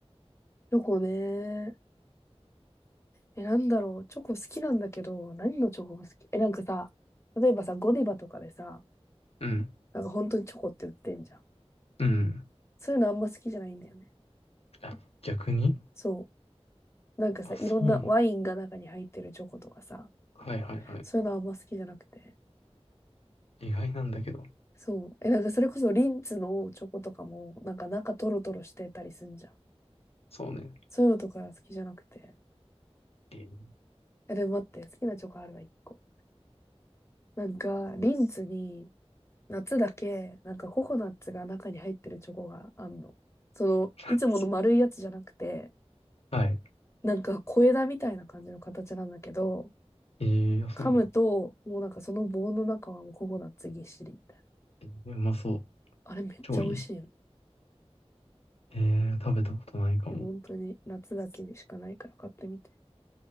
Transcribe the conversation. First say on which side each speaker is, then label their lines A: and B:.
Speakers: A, on the left (about 25°); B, on the left (about 70°).
A: チョコね。え、なんだろう。チョコ好きなんだけど、何のチョコが好きえ、なんかさ、例えばさ、ゴディバとかでさ、
B: うん。
A: なんか本当にチョコって売ってんじゃん。
B: うん。
A: そういうのあんま好きじゃないんだよね。
B: あ、逆に
A: そう。なんかさ、
B: あ、そうなんだ。
A: いろんなワインが中に入ってるチョコとかさ、
B: はいはいはい。
A: そういうのあんま好きじゃなくて。
B: 意外なんだけど。
A: そう。え、なんかそれこそリンツのチョコとかも、なんか中トロトロしてたりすんじゃん。
B: そうね。
A: そういうのとか好きじゃなくて。
B: えー、
A: え、でも待って、好きなチョコあるわ、一個。なんか、リンツに、夏だけ、なんかココナッツが中に入ってるチョコがあんの。その、
B: <laughs>
A: いつもの丸いやつじゃなくて、
B: はい。
A: なんか小枝みたいな感じの形なんだけど、
B: えー、そうなの。
A: 噛むと、もうなんかその棒の中はもうココナッツぎっしりみたいな。
B: えーうまそう。
A: あれめっちゃ美味しいの。
B: 超いいじゃん。えー、食べたことないかも。
A: で、本当に夏だけにしかないから買ってみて。